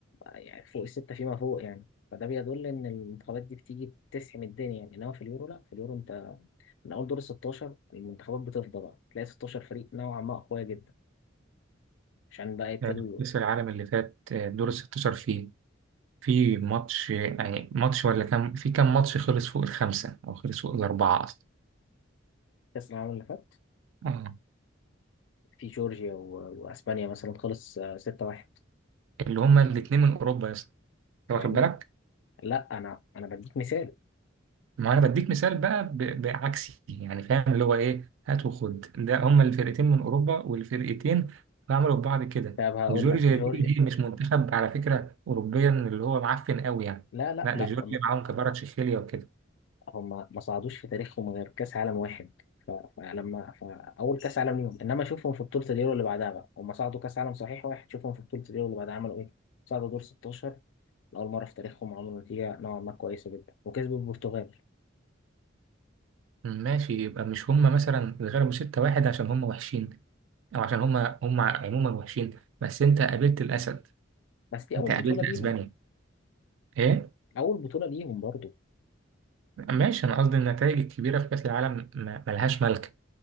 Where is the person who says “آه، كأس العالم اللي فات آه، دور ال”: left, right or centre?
Right